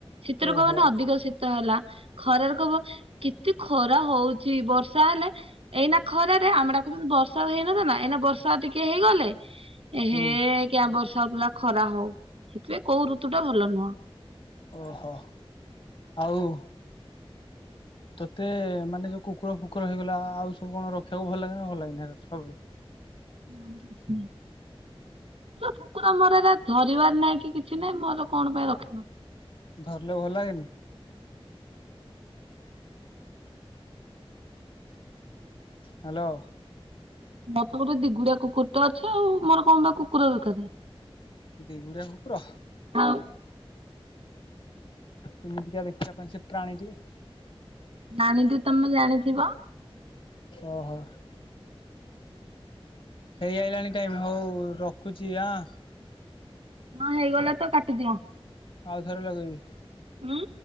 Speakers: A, on the right; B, on the left.
A: ଶୀତ
B: ଓହୋ
A: ରେ କହିବ ନା ଅଧିକ ଶୀତ ହେଲା। ଖରାରେ କହିବ କେତେ ଖରା ହଉଛି। ବର୍ଷା ହେଲେ ଏଇନା ଖରରେ ଆମଡାକୁ ବର୍ଷା ହେଇନଥା ନା ଏଇନା ବର୍ଷା ଟିକେ ହେଇଗଲେ ଏ ହେ
B: ହୁଁ
A: କିଆ ବର୍ଷା ହଉଥିଲା ଖରା ହଉ ସେଇଥିପାଇ କୋଉ ଋତୁ ଟା ଭଲ ନୁହଁ।
B: ଓହୋ ଆଉ। ତୋତେ ମାନେ ଯୋଉ କୁକୁର ଫୁକୁର ହେଇଗଲା ଆଉ ସବୁ କଣ ରଖିବାକୁ ଭଲ ଲାଗେନ ଭଲ ଲାଗେନ ଛୁଆବେଳେ।
A: ନମତେ କିଛି କୁକୁର ଫୁକୁର ଏରା ମୋର ଏ ଧରିବାର ନାଇଁ କି କିଛି ନାହିଁ ମୋର କଣ ପାଇଁ ରଖିବ।
B: ଧରିଲେ ଭଲ ଲାଗେନି। ହ୍ୟାଲୋ।
A: ମୋତ ଗୋଟେ ଦିଗୁଡିଆ କୁକୁର ଟା ଅଛି ଆଉ ମୋର କଣ ବା କୁକୁର ଦରକାର।
B: ଦିଗୁଡ଼ିଆ କୁକୁର।
A: ଆଉ
B: କେମିତିକା ଦେଖିବା ପାଇଁ ସେ ପ୍ରାଣୀଟି।
A: ପ୍ରାଣୀ ଟି ତମେ ଜାଣିଥିବ।
B: ଓହୋ। ହେଇ ଆଇଲାଣି ଟାଇମ ହଉ ରଖୁଛି ଆଁ।
A: ହଁ ହେଇଗଲା ତ କାଟିଦିଅ।
B: ଆଉଥରେ ଲଗେଇବି।
A: ଉଁ